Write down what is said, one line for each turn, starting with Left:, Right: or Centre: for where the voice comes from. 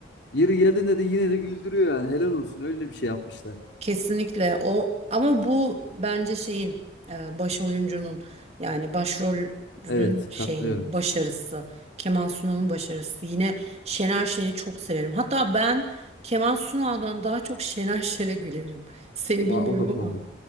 Left: Yeri geldiğinde de yine de güldürüyor yani helal olsun öyle bir şey yapmışlar.
Right: Kesinlikle o ama bu bence şeyin e, baş oyuncunun yani başrolün
Left: Evet
Right: şeyi
Left: katılıyorum.
Right: başarısı Kemal Sunal'ın başarısı yine Şener Şen'i çok severim hatta ben Kemal Sunal'dan daha çok Şener Şen'e gülerim seni
Left: Va-
Right: bilmiyorum
Left: O da komik.
Right: ama